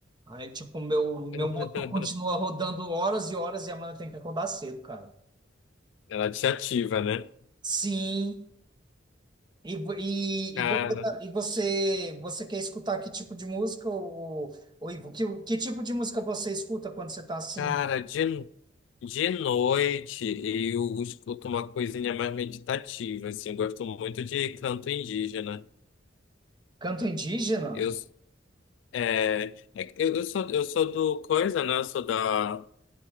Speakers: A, on the right; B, on the left.
A: aí tipo, meu meu
B: <laughs>
A: motor continua rodando horas e horas e amanhã eu tenho que acordar cedo, cara.
B: Ela te ativa, né?
A: Sim. E, vo- e,
B: Cara,
A: e, você, tá- e você, você quer escutar que tipo de música, ou, ou Ivo? Que, que tipo de música você escuta quando você está assim?
B: cara, de, de noite eu escuto uma coisinha mais meditativa, assim. Eu gosto muito de canto indígena.
A: Canto indígena?
B: Eu É, é eu, eu sou, eu sou do coisa, né? Eu sou da,